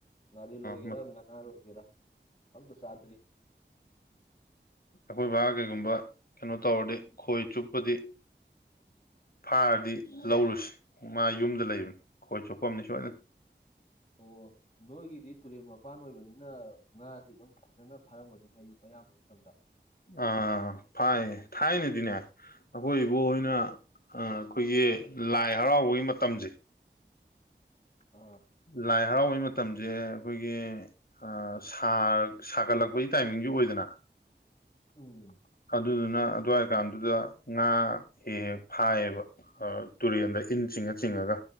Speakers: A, on the left; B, on the left.
A: ꯉꯥꯔꯤꯟ ꯑꯣꯏꯒꯦꯔꯥ
B: ꯎꯝ
A: ꯉꯥꯥꯅꯥꯟ ꯑꫭꯏꯒꯦꯔꯥ ꯑꯝꯇ ꯆꯥꯗ꯭ꯔꯤ
B: ꯑꯩꯈꯣꯏ ꯕꯥ ꯀꯩꯒꯨꯝꯕ ꯀꯩꯅꯣ ꯇꯧꯔꯗꯤ ꯈꯣꯏ ꯆꯨꯞꯄꯗꯤ ꯐꯥꯔꯗꯤ ꯂꯧꯔꯨꯁꯤ ꯃꯥ ꯌꯨꯝꯗ ꯂꯩꯕꯅꯤ ꯈꯣꯏ ꯆꯣꯞꯄꯝꯅꯤ ꯁꯣꯏꯗꯅ
A: ꯑꯣ ꯅꯣꯏꯒꯤꯗꯤ ꯇꯨꯔꯦꯜ ꯃꯄꯥꯟ ꯑꯣꯏꯕꯅꯤꯅ ꯉꯥꯗꯤ ꯑꯗꯨꯝ ꯐꯖꯅ ꯐꯔꯝꯒꯅꯤꯅꯦ ꯑꯗꯨꯝ ꯑꯌꯥꯝꯕ ꯃꯇꯝꯗ
B: ꯑ ꯑ ꯐꯥꯏ ꯊꯥꯏꯅꯦꯗꯤꯅ ꯑꯩꯈꯣꯏ ꯏꯕꫭꯛꯍꫭꯏꯅ ꯑ ꯑꯩꯈꯣꯏꯒꯤ ꯂꯥꯏ ꯍꯔꯥꯎꯕꯒꯤ ꯃꯇꯝꯁꯦ
A: ꯑꯥ
B: ꯂꯥꯏ ꯍꯔꯥꯎꯕꯩ ꯃꯇꯝꯁꯦ ꯑꯩꯈꯣꯏꯒꯤ ꯑꯥ ꯁꯥ ꯁꯥꯒꯠꯂꯛꯄꯒꯤ ꯇꯥꯏꯃꯤꯡꯗꯤ ꯑꯣꯏꯗꯅ
A: ꯎꯝ
B: ꯑꯗꯨꯏꯗꯨꯅ ꯑꯗꯨꯋꯥꯏ ꯀꯥꯟꯗꯨꯗ ꯉꯥ ꯍꯦꯛ ꯍꯦꯛ ꯐꯥꯏꯌꯦꯕ ꯑ ꯇꯨꯔꯦꯟꯗ ꯏꯟ ꯆꯤꯡꯉ ꯆꯤꯡꯉꯒ